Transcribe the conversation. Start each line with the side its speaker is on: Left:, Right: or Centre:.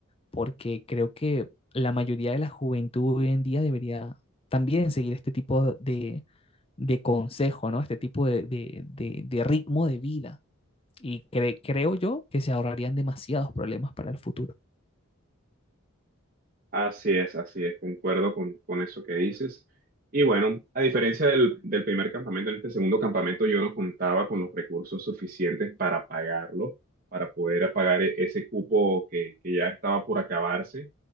Left: porque creo que la mayoría de la juventud hoy en día debería también seguir este tipo de, de consejo, ¿no? Este tipo de, de, de- de ritmo de vida. Y cre- creo yo que se ahorrarían demasiados problemas para el futuro.
Right: Así es, así es, concuerdo con, con eso que dices. Y bueno, a diferencia del, del primer campamento, en este segundo campamento yo no contaba con los recursos suficientes para pagarlo, para poder pagar e- ese cupo que, que ya estaba por acabarse.